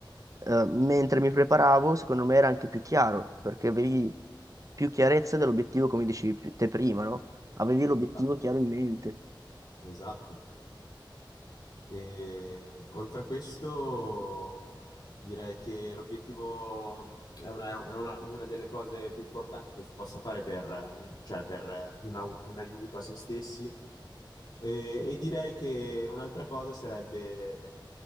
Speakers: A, on the right; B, on the left.
A: eh, mentre mi preparavo, secondo me era anche più chiaro, perché avevi più chiarezza dell'obiettivo, come dicevi pi- te prima, no? Avevi l'obiettivo
B: Esatto,
A: chiaro in mente.
B: esatto. E, oltre a questo, direi che l'obiettivo è una, è una- una delle cose più importanti che si possa fare per, mi- cioè per un, au- un aiuto a se stessi. E, e direi che un'altra cosa sarebbe